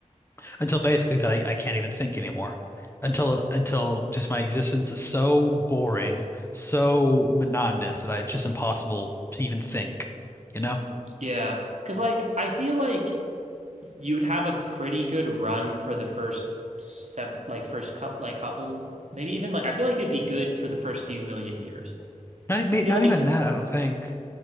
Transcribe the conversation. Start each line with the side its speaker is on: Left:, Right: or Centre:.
Left: until basically that I, I can't even think anymore. Until until just my existence is so boring, so monotonous that I it's just impossible to even think, you know?
Right: Yeah. Cause like, I feel like, you'd have a pretty good run for the first sev like first cup like couple maybe even like I feel like it'd be good for the first few million years.
Left: Not e, may-
Right: I feel
Left: not even
Right: like
Left: that, I don't think.